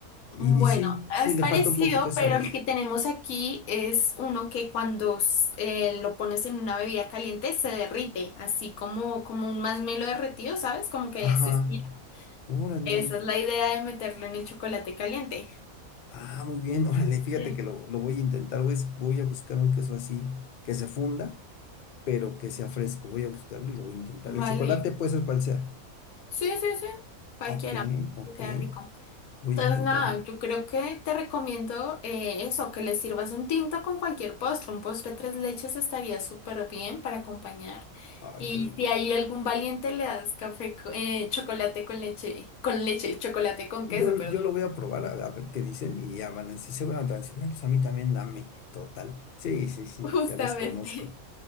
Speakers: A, on the left (about 85°); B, on the left (about 55°).
A: Mm,
B: Y,
A: Bueno,
B: y sí, sí,
A: es
B: le
A: parecido,
B: falta un poquito de
A: pero
B: sabor.
A: el que tenemos aquí es uno que cuando s- eh, lo pones en una bebida caliente se derrite, así como, como un masmelo derretido, ¿sabes? Como que
B: Ajá,
A: se estira.
B: órale.
A: Esa es la idea de meterlo en el chocolate caliente.
B: Ah, muy bien, <laughs> órale, fíjate
A: Sí.
B: que lo, lo voy a intentar, voy, a es- voy a buscar un queso así, que se funda, pero que sea fresco, voy a buscarlo y lo voy a intentar. El
A: Vale.
B: chocolate puede ser cual sea.
A: Sí, sí, sí. Cualquiera.
B: Ok,
A: Te
B: ok,
A: queda rico.
B: voy
A: Entonces,
B: a intentarlo.
A: nada, yo creo que te recomiendo eh, eso, que le sirvas un tinto con cualquier postre. Un postre tres leches estaría súper bien para acompañar.
B: Ay,
A: Y
B: qué rico.
A: si hay algún valiente, le das café, co- eh, chocolate con leche, con leche, chocolate con
B: Yo,
A: queso, perdón.
B: yo lo voy a probar a, a ver qué dicen y ya van a decir, seguramente van a decir, no, pues a mí también dame, total. Sí, sí, sí,
A: <laughs> Justamente.
B: ya los conozco.